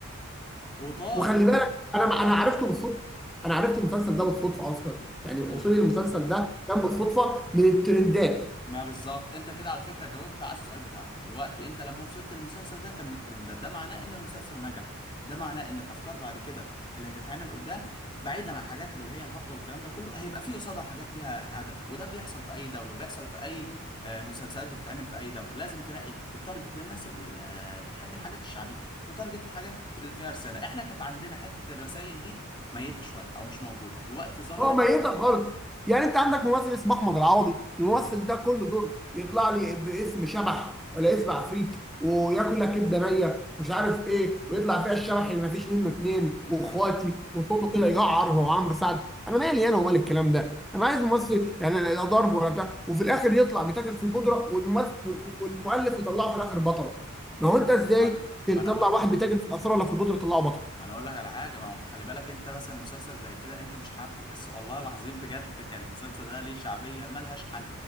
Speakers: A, on the left; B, in the centre.
A: وطار
B: وخلي بالك انا ما-
A: طار
B: انا عرفته بالصدفه انا عرفت المسلسل ده بالصدفه اصلا يعني وصولي
A: امم
B: للمسلسل ده كان بالصدفه من الترندات
A: ما بالظبط انت كده على فكره جاوبت على السؤال بتاعنا الوقت انت لما وصلت للمسلسل ده كان من الترندات ده معناه ان المسلسل نجح ده معناه ان الافكار بعد كده اللي هتتعمل قدام بعيدا عن الحاجات اللي هي الهابطه والكلام ده كله هيبقى فيه قصادها حاجات ليها هدف وده بيحصل في اي دوله وبيحصل في اي آه، مسلسلات بتتعمل في اي دوله لازم تلاقي التارجت للناس اللي آه، بتحب الحاجات الشعبي وتارجت الحاجات اللي فيها رساله احنا كانت عندنا حته الرسائل دي ميته شويه او مش موجوده الوقت ظهرت
B: هو ميتة خالص يعني انت عندك ممثل اسمه احمد العوضي الممثل
A: امم
B: ده كل دور يطلع لي باسم شبح ولا اسم عفريت وياكل لك كبده نيه مش عارف ايه ويطلع فيها الشبح اللي ما فيش منه اتنين واخواتي
A: امم
B: وصوته كده يقعر هو عمرو سعد انا مالي انا ومال الكلام ده انا عايز ممثل يعني لا ضرب ولا بتاع وفي الاخر يطلع بيتاجر في البودره والممثل والمؤلف يطلعه في الاخر بطل ما هو انت ازاي
A: ما انا
B: تطلع
A: ما انا
B: واحد بيتاجر في الاثار ولا في البودره تطلعه بطل
A: ما انا اقول لك على حاجه ما هو خلي بالك انت مثلا مسلسل زي كده انت مش حابه بس والله العظيم بجد كان المسلسل ده ليه شعبيه ملهاش حل